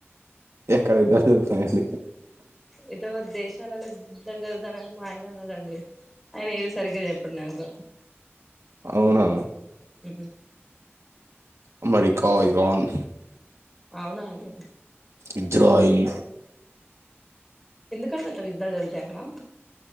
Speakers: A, on the right; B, in the centre.
A: ఎక్కడ యుద్ధాలు జరుగుతున్నాయి అండి
B: ఎటో దేశాలలో యుద్ధాలు జరుగుతున్నాయి మా ఆయన అన్నాడండి ఆయన ఏది సరిగ్గా చెప్పడు నాకు
A: అవునా
B: హ
A: అమెరికా ఇరన్
B: అవున అండి
A: ఇజ్రాయిల్
B: ఎందుకు అండి అట్లా యుద్దాలు జరుగుతాయి ఎక్కడ